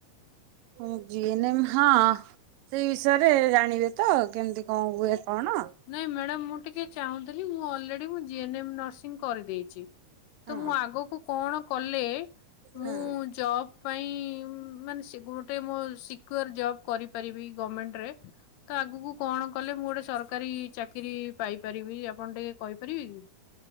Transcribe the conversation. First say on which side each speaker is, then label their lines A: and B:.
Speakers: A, on the right; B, on the left.
A: ହଁ ଜିଏନ୍ ଏମ୍ ହଁ ସେଇ ବିଷୟରେ ଜାଣିବେ ତ କେମତି କଣ ହୁଏ କଣ?
B: ନାଇଁ ମ୍ୟାଡାମ ମୁଁ ଟିକେ ଚାହୁଁଥିଲି ମୁଁ ଅଲରେଡି ମୁଁ ଜଏ କରିଦେଇଛି ତ
A: ହଁ
B: ମୁଁ ଆଗକୁ କଣ କଲେ ମୁଁ
A: ହଁ।
B: ଜବ ପାଇଁ ମାନେ ସେ ଗୋଟେ ମୋ ଶି କର ଜବ କରିପାରିବି ଗରମେଣ୍ଟରେ ତ ଆଗକୁ କଣ କଲେ ମୁଁ ଗୋଟେ ସରକାରୀ ଚାକିରି ପାଇପାରିବି ଆପଣ ଟିକେ କହିପାରିବେ କି?